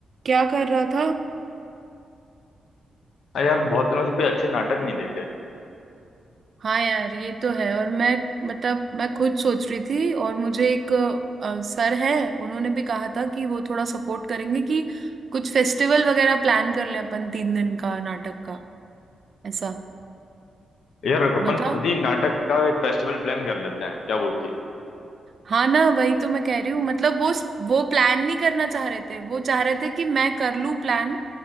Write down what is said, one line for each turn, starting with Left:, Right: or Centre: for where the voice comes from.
Right: क्या कर रहा था
Left: अरे यार बहुत दिनों से कोई अच्छे नाटक नहीं देखे
Right: हाँ यार ये तो है और मैं मतलब मैं खुद सोच रही थी और मुझे एक अ, सर है उन्होंने भी कहा था कि वो थोड़ा सपोर्ट करेंगे कि कुछ फेस्टिवल वगैरह प्लान कर ले अपन तीन दिन का नाटक का ऐसा
Left: यार अपन
Right: बता
Left: खुद ही नाटक का एक फेस्टिवल प्लान कर लेते हैं क्या बोलती हो
Right: हाँ ना वही तो मैं कह रही हूँ मतलब वो वो प्लान नहीं करना चाह रहे थे वो चाह रहे थे कि मैं कर लूँ प्लान